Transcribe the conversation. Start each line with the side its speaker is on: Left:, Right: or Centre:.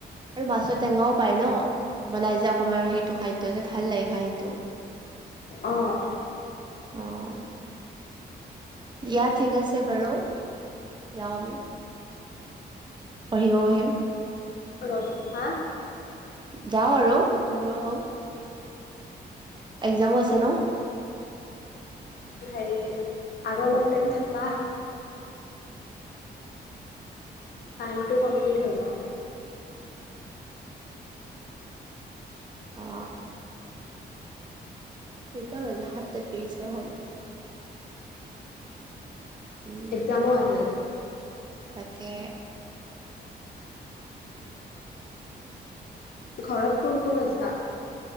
Right: আৰু মাছৰ টেঙাও পায় ন বনাই যে অসমীয়াৰ সেইটো খাদ্য যে। ভাল লাগে খাই সেইটো
Left: অ'।
Right: অ' দিয়া ঠিক আছে বাৰু যাওঁ আমি। পঢ়িব বহিম।
Left: অ' হা।
Right: যাওঁ আৰু পঢ়িব পাৰো একজামো আছে ন।
Left: হেৰি আৰু অলপ টাইম থাকা। টাইমটো কমপ্লিট হৈ লক। <unintelligible>
Right: আঃ। কেইটা বাজিল, সাতটা ত্ৰিশ হে হ'ল। উম
Left: একজামো আহিল।
Right: তাকে।
Left: ঘৰত কোন কোন আছা?